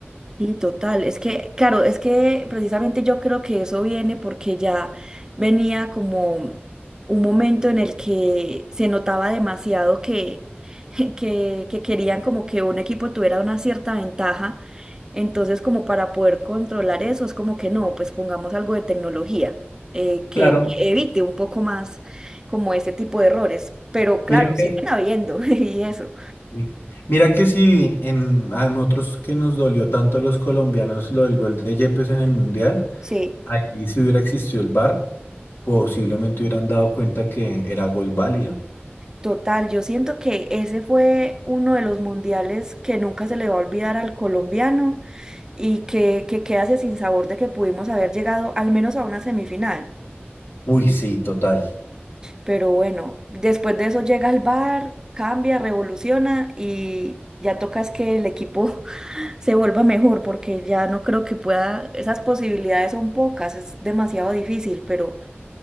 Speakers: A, on the right; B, on the left.
A: Sí, total. Es que, claro, es que precisamente yo creo que eso viene porque ya venía como un momento en el que se notaba demasiado que, <laughs> que, que querían como que un equipo tuviera una cierta ventaja. Entonces, como para poder controlar eso, es como que no, pues pongamos algo de tecnología eh, que
B: Claro,
A: que evite un poco más como este tipo de errores. Pero claro,
B: mire que
A: siguen habiendo <laughs> y eso.
B: Sí. Mira que sí, en, a nosotros que nos dolió tanto los colombianos lo del gol de Yepes en el Mundial,
A: Sí.
B: ahí si hubiera existido el VAR, posiblemente hubieran dado cuenta que era gol válido.
A: Total, yo siento que ese fue uno de los mundiales que nunca se le va a olvidar al colombiano y que, que queda ese sinsabor de que pudimos haber llegado al menos a una semifinal.
B: Uy, sí, total.
A: Pero bueno, después de eso llega el bar, cambia, revoluciona y ya toca es que el equipo <laughs> se vuelva mejor porque ya no creo que pueda, esas posibilidades son pocas, es demasiado difícil, pero